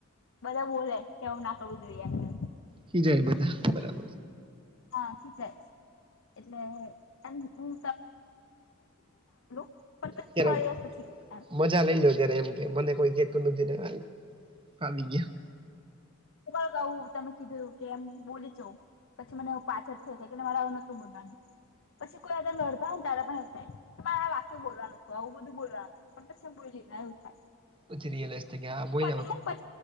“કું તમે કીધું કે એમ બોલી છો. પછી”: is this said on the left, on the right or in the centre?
Left